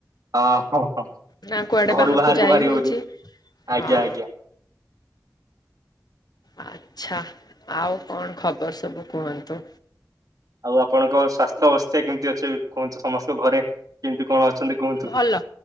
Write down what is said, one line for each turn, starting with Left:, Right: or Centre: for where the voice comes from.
Right: ଅହ ହ
Left: ନା କୁଆଡେ
Right: ଘରୁ ବାହାରକୁ
Left: ଯାଇ
Right: ବାହାରି
Left: ହଉଛି
Right: ହଉନି, ଆଜ୍ଞା
Left: ହଁ
Right: ଆଜ୍ଞା।
Left: ଆଚ୍ଛା ଆଉ କଣ ଖବର ସବୁ କୁହନ୍ତୁ?
Right: ଆଉ ଆପଣଙ୍କ ସ୍ୱାସ୍ଥ୍ୟ ଅବସ୍ଥା କେମିତି ଅଛି କୁହନ୍ତୁ ସମସ୍ତଙ୍କ ଘରେ କେମିତି କଣ ଅଛନ୍ତି? କୁହନ୍ତୁ?
Left: ଭଲ